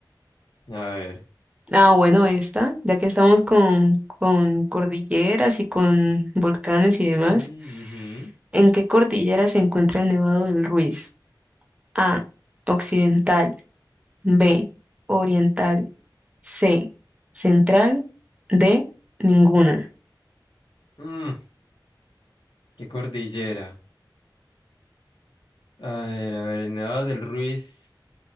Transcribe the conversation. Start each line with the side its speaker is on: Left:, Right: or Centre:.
Left: A ver.
Right: Ah, bueno, esta, ya que estamos con, con cordilleras y con volcanes y demás.
Left: Mm,
Right: ¿En qué cordillera se encuentra el Nevado del Ruiz? A. Occidental. B. Oriental. C. Central. D. Ninguna.
Left: ujú. Mm, qué cordillera. A ver, a ver, el Nevado del Ruiz.